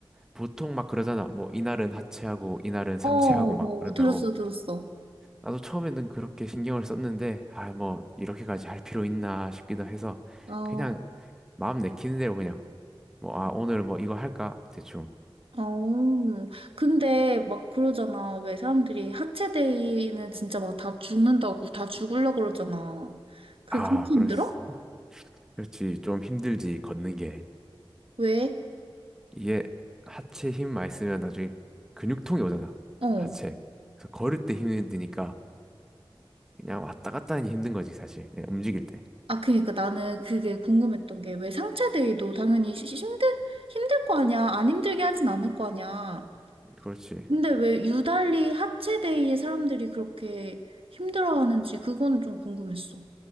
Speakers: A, in the centre; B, on the right (about 75°).
A: 보통 막 그러잖아. 뭐, 이날은 하체하고, 이날은 상체하고
B: 어, 어,
A: 막 그런다고.
B: 들었어, 들었어.
A: 나도 처음에는 그렇게 신경을 썼는데, 아, 뭐, 이렇게까지 할 필요 있나 싶기도 해서,
B: 어,
A: 그냥 마음 내키는 대로 그냥, 뭐, 아, 오늘 뭐 이거 할까? 대충.
B: 어. 근데 막 그러잖아. 왜 사람들이 하체데이는 진짜 막 다 죽는다고, 다 죽으려고 그러잖아. 그,
A: 아,
B: 그렇게
A: 그랬어.
B: 힘들어?
A: 그렇지. 좀 힘들지, 걷는 게.
B: 왜?
A: 이게 하체 힘 많이 쓰면 나중에 근육통이 오잖아.
B: 어.
A: 하체. 그래서 걸을 때 힘드니까 그냥 왔다 갔다 하니 힘든 거지, 사실. 네, 움직일 때.
B: 아, 그니까 나는 그게 궁금했던 게 왜 상체데이도 당연히 시- 힘들, 힘들 거 아니야. 안 힘들게 하진 않을 거 아니야.
A: 그렇지.
B: 근데 왜 유달리 하체데이에 사람들이 그렇게 힘들어하는지 그건 좀 궁금했어.